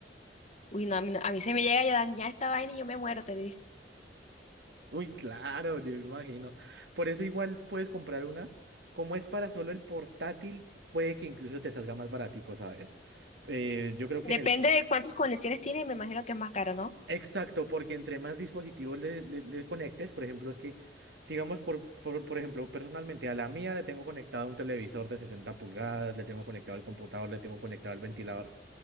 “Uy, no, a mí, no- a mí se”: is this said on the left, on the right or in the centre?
Left